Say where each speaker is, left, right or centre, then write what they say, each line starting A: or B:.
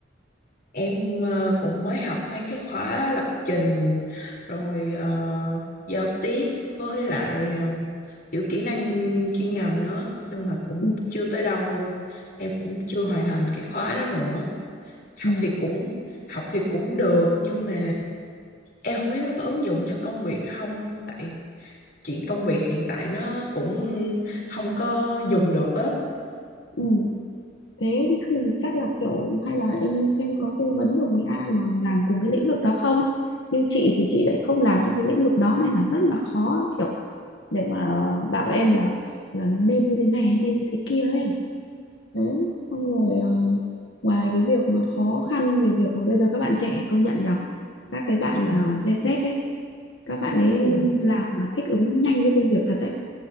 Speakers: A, on the left (about 55°); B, on the left (about 75°).
A: em ờ, cũng mới học mấy cái khóa lập trình rồi ờ, giao tiếp với lại ờ, kiểu kỹ năng chuyên ngành nữa nhưng mà cũng
B: ừ,
A: chưa tới đâu em cũng chưa hoàn thành cái khóa đó nữa học
B: ừ,
A: thì cũng học thì cũng được nhưng mà em không biết nó có ứng dụng cho công việc không tại chuyện công việc hiện tại nó cũng không có dùng được á
B: ừ. thế thì chắc là kiểu hay là em xem có tư vấn được với ai mà làm cùng cái lĩnh vực đó không nhưng chị thì chị lại không làm trong cái lĩnh vực đó nên là rất là khó kiểu để mà bảo em là là nên như thế này nên như thế kia ấy đấy xong rồi ờ, ngoài cái việc mà khó khăn về việc là bây giờ các bạn trẻ công nhận nhở các cái bạn
A: ừ,
B: mà Gen Z ấy các bạn ấy
A: ừ.
B: làm mà thích ứng nhanh với công việc thật đấy